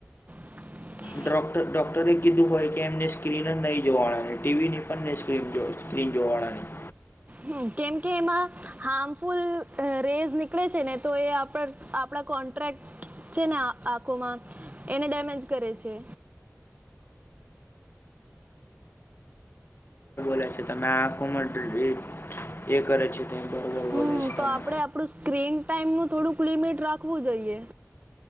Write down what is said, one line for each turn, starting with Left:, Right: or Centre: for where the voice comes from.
Right: <unintelligible>
Left: ડ્રોક્ટ ડ્રોક્ટરે કીધું હોય કે એમને સ્ક્રીન જ નહી જોવા મળે ટીવી ની પણને સ્ક્રીન જોય છે. સ્ક્રીન જોવાળાની.
Right: હ કેમ કે એમાં હાર્મફુલ અ રેઝ નીકળે છે ને તો એ આપડ આપ પડા કોન્ટ્રાક્ટ છે ને આંખોમાં એને ડેમેજ કરે છે.
Left: રે છે ત મે આખુંમાં એ એ કરે છે. તે બરોબર
Right: હમ
Left: બોલે છે તમે
Right: તો આપડે આપડું સ્ક્રીન ટાઈમનું થોડુંક લિમિટ રાખવું જોઈએ.